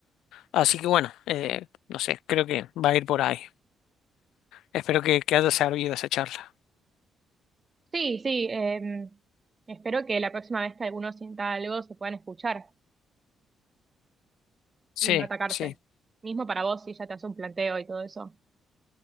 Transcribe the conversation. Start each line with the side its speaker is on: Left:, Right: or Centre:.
Left: Así que bueno, eh, no sé, creo que va a ir por ahí. Espero que, que haya servido esa charla.
Right: Sí, sí, em, espero que la próxima vez que alguno sienta algo se puedan escuchar
Left: Sí,
Right: y no atacarse.
Left: sí.
Right: Mismo para vos si ella te hace un planteo y todo eso.